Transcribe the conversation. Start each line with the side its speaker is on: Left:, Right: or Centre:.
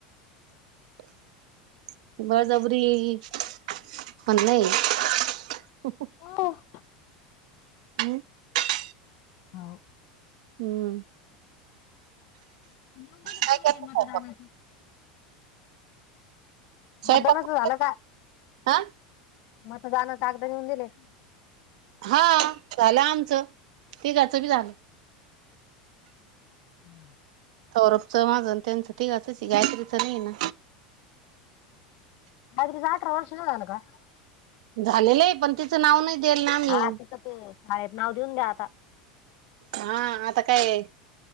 Right: <inaudible> बळजबरी पण नाही <inaudible> हो <inaudible>
Left: हो <inaudible>
Right: ह <inaudible>
Left: हाव
Right: हम्म
Left: नेऊन दे न
Right: काय
Left: तुम्ही
Right: करते
Left: जे
Right: स्वयंपाक?
Left: मतार आणचं. <unintelligible>
Right: स्वयंपाक
Left: मतदानाच झालं का?
Right: हा
Left: मतदाना कगद घेऊन गेले.
Right: हा झालं आमचं तीघाचं बी झालं.
Left: हम्म..
Right: सौरभचं माज न त्यांचं तिघांचचये गायत्रीचं नाही ना?
Left: गायत्रीच अठरा वर्ष नाय आल का?
Right: झालेलं आहे पण तिचं नाव नाही देल ना मी.
Left: हा तिचं शाळेत नाव देऊन द्या आता.
Right: हा आता काय ए